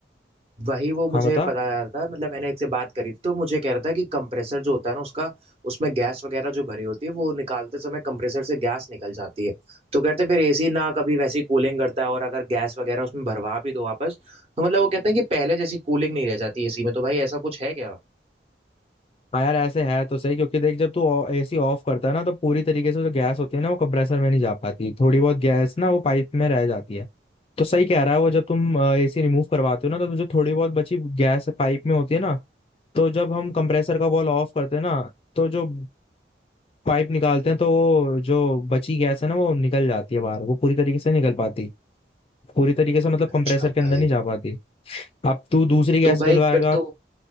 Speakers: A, on the right; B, on the left.
A: वही वो मुझे
B: हाँ बता
A: पता चला था मतलब मैंने एक से बात करी थी तो मुझे कह रहा था कि कंप्रेसर जो होता है ना उसका उसमें गैस वगैरह जो भरी होती है वो निकालते समय कंप्रेसर से गैस निकल जाती है तो कहते फिर एसी ना कभी वैसी कूलिंग करता है और अगर गैस वगैरह उसमें भरवा भी दो वापस तो मतलब वो कहते हैं कि पहले जैसी कूलिंग नहीं रह जाती एसी में तो भाई ऐसा कुछ है क्या
B: हाँ यार ऐसे है तो सही क्योंकि देख जब तू एसी ऑफ करता है ना तो पूरी तरीके से जो गैस होती है ना वो कंप्रेसर में नहीं जा पाती थोड़ी बहुत गैस ना वो पाइप में रह जाती है तो सही कह रहा है वो जब तुम एसी रिमूव करवाते हो ना तो जो थोड़ी बहुत बची गैस पाइप में होती है ना तो जब हम कंप्रेसर का बॉल ऑफ करते हैं ना तो जो पाइप निकालते हैं तो वो जो बची गैस है ना वो निकल जाती है बाहर वो पूरी तरीके से निकल पाती पूरी तरीके से मतलब
A: अच्छा
B: कंप्रेसर के
A: भाई
B: अंदर नहीं जा पाती अब तू दूसरी गैस
A: तो भाई
B: डलवाएगा
A: फिर तो